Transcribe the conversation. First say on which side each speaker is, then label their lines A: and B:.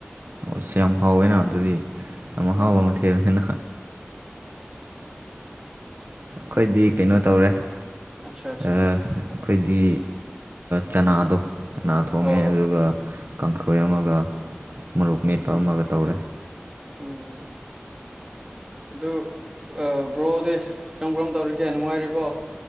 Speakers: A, on the right; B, on the right.
A: ꯑ ꯑꯁ ꯌꯥꯝ ꯍꯥꯎꯋꯦꯅ ꯑꯗꯨꯗꯤ ꯌꯥꯝ ꯑꯍꯥꯎꯕ
B: ꯍꯣꯏ
A: ꯃꯊꯦꯜꯅꯦꯅ ꯑꯩꯈꯣꯏꯗꯤ ꯀꯩꯅꯣ ꯇꯧꯔꯦ
B: ꯑꯠꯆꯥ ꯑꯠꯆꯥ
A: ꯑꯩꯈꯣꯏꯗꯤ ꯆꯅꯥꯗꯣ ꯆꯅꯥ ꯊꯣꯡꯉꯦ
B: ꯑꯣ
A: ꯑꯗꯨꯒ ꯀꯥꯡꯊꯣꯏ ꯑꯃꯒ ꯃꯨꯞ ꯃꯦꯠꯄ
B: ꯎꯝ
A: ꯑꯃꯒ ꯇꯧꯔꯦ
B: ꯎꯝ ꯑꯗꯨ ꯕ꯭ꯔꯣꯗꯤ ꯀꯔꯝ ꯀꯔꯝ ꯇꯧꯔꯤꯒꯦ ꯅꯨꯡꯉꯥꯏꯔꯤꯕꯣ